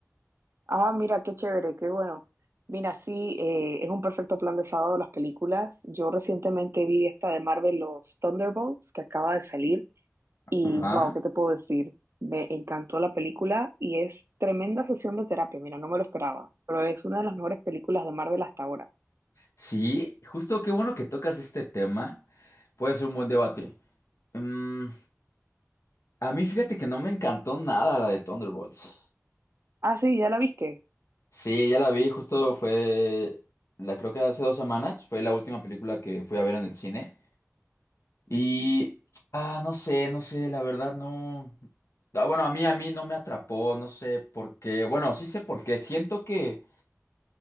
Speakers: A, on the right; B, on the left.
A: Ah, mira, qué chévere, qué bueno. Mira, sí, eh, es un perfecto plan de sábado las películas. Yo recientemente vi esta de Marvel, los Thunderbolts, que acaba de salir, y
B: Ajá.
A: wow, ¿qué te puedo decir? Me encantó la película y es tremenda sesión de terapia, mira, no me lo esperaba, pero es una de las mejores películas de Marvel hasta ahora.
B: Sí, justo qué bueno que tocas este tema. Puede ser un buen debate. Mm, a mí fíjate que no me encantó nada la de Thunderbolts.
A: Ah, sí, ¿ya la viste?
B: Sí, ya la vi, justo fue, la creo que hace dos semanas, fue la última película que fui a ver en el cine. Y, ah, no sé, no sé, la verdad no. Ah, bueno, a mí, a mí no me atrapó, no sé por qué. Bueno, sí sé por qué. Siento que,